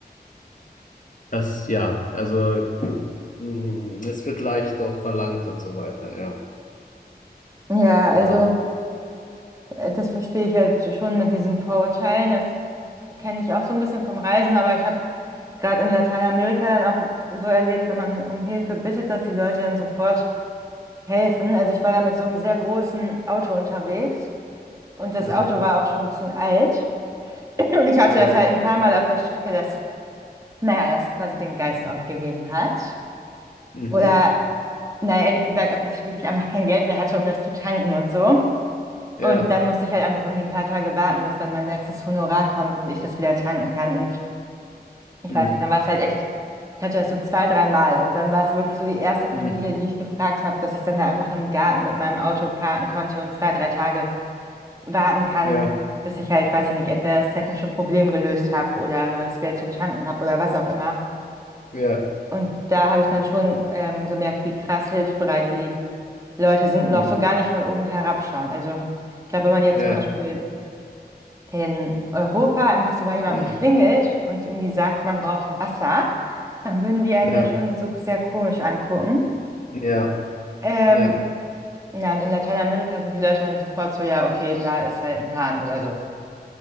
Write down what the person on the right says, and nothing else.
Ja,
also äh, das verstehe ich halt schon mit diesen Vorurteilen. Das kenne ich auch so ein bisschen vom Reisen, aber ich habe gerade in Lateinamerika dann auch so erlebt, wenn man um Hilfe bittet, dass die Leute dann sofort helfen. Also ich war da mit so einem sehr großen Auto unterwegs und das
Auto war auch schon ein bisschen alt. Und ich hatte
das halt ein paar Mal auf der Strecke, dass, naja, das quasi den Geist aufgegeben hat.
Oder, naja, ehrlich gesagt, auch, dass ich wirklich einfach kein Geld mehr hatte, um das zu tanken und so.
Und dann musste ich halt einfach irgendwie ein paar Tage warten, bis dann mein nächstes Honorar kommt und ich das wieder tanken kann. Und ich
weiß nicht, dann war es halt echt, ich hatte das so zwei, drei Mal Und dann war es wirklich so die erste Familie,
die ich gefragt habe, dass ich dann da einfach im Garten mit meinem Auto parken konnte und zwei, drei Tage warten kann,
bis ich halt, weiß ich nicht, entweder das technische Problem gelöst habe oder neues Geld zum Tanken habe oder was auch immer.
Und da habe ich dann schon ähm, gemerkt, wie krass hilfsbereit die Leute sind und
auch so gar nicht von oben herabschauen. Also ich glaube, wenn man jetzt
zum Beispiel in Europa einfach so bei jemandem
klingelt und irgendwie sagt, man braucht Wasser, dann würden die einen
ja schon so sehr komisch angucken.
Ähm,
na, und in Lateinamerika sind die Leute dann sofort so, ja, okay, da ist halt ein Hahn oder so.